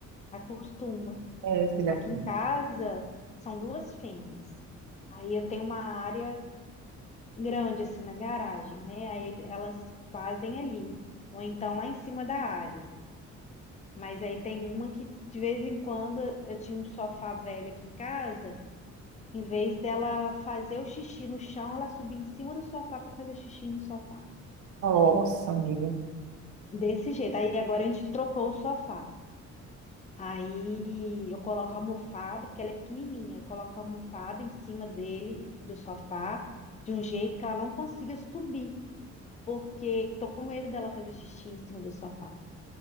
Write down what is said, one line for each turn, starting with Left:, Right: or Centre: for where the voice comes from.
Left: acostuma.
Right: É, filha.
Left: Aqui
Right: assim,
Left: em casa são duas fêmeas. Aí eu tenho uma área grande assim na garagem, né? Aí ele- elas fazem ali, ou então lá em cima da área. Mas aí tem uma que de vez em quando eu tinha um sofá velho aqui em casa, em vez dela fazer o xixi no chão, ela subia em cima do sofá para fazer xixi no sofá.
Right: Nossa, amiga.
Left: Desse jeito. Aí agora a gente trocou o sofá. Aí eu coloco a almofada, porque ela é pequenininha, eu coloco a almofada em cima dele, do sofá, de um jeito que ela não consiga subir, porque tô com medo dela fazer xixi em cima do sofá.